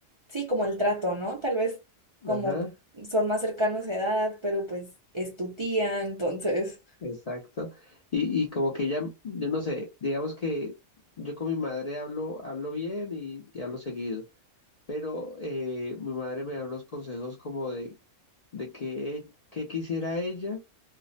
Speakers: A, on the right; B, on the left.
A: sí, como el trato, ¿no? Tal vez como
B: Ajá,
A: son más cercanos de edad, pero pues es tu tía, entonces,
B: exacto. Y, y como que ella, yo no sé, digamos que yo con mi madre hablo, hablo bien y, y hablo seguido, pero eh, mi madre me da unos consejos como de de que, e- que quisiera ella,